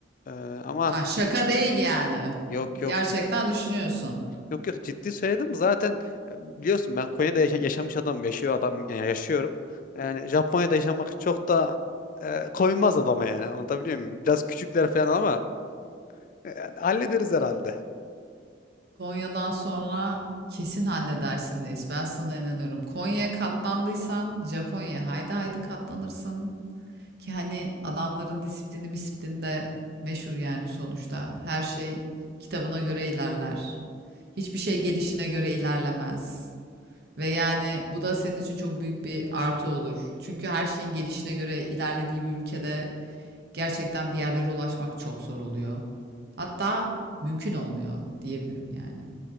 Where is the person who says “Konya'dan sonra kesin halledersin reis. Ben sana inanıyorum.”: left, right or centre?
Right